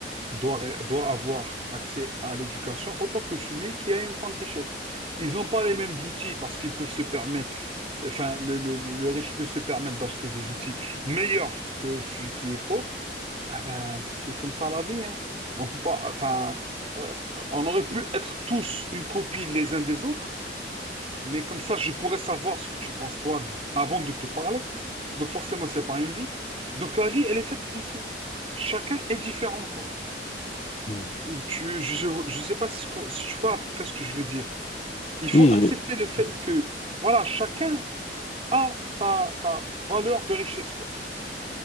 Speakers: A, on the right (about 35°); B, on the left (about 40°).
A: doit, ré- doit avoir accès à l'éducation autant que celui qui a une grande richesse. Ils n'ont pas les mêmes outils parce qu'ils peuvent se permettre, enfin, le, le- le- le riche peut se permettre d'acheter des outils meilleurs que celui qui est pauvre. Ah ben, c'est comme ça la vie, hein. On peut pas, enfin, euh, on aurait pu être tous une copie les uns des autres, mais comme ça, je pourrais savoir ce que tu penses, toi, avant de te parler. Donc forcément, c'est pas une vie. Donc la vie, elle est faite ainsi. Chacun est différent, quoi.
B: Hmm.
A: Tu, je ne sais pas si, ce que- si tu vois à peu près ce que je veux dire. Il faut
B: Oui,
A: accepter
B: j'ai-
A: le fait
B: Hmm,
A: que, voilà, chacun a sa, sa valeur de richesse, quoi.